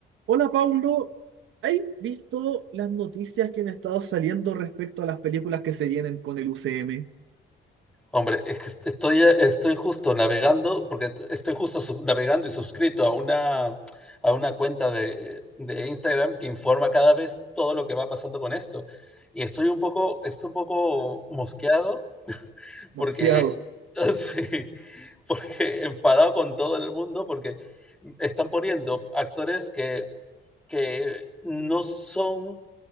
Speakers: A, on the right; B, in the centre.
A: Hola Paulo, ¿has visto las noticias que han estado saliendo respecto a las películas que se vienen con el UCM?
B: Hombre, es que estoy, estoy justo navegando, porque estoy justo sub- navegando y suscrito a una, a una cuenta de, de Instagram que informa cada vez todo lo que va pasando con esto. Y estoy un poco, estoy un poco mosqueado porque,
A: Mosqueado.
B: <laughs> sí, porque enfadado con todo el mundo, porque están poniendo actores que, que no son